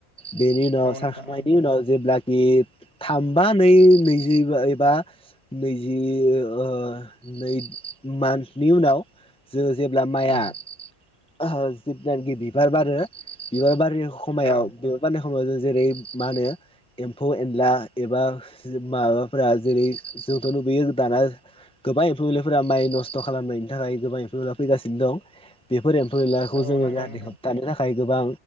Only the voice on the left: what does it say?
औ नोंथां
उम
उम
औ
औ
नंगौ
नोंथां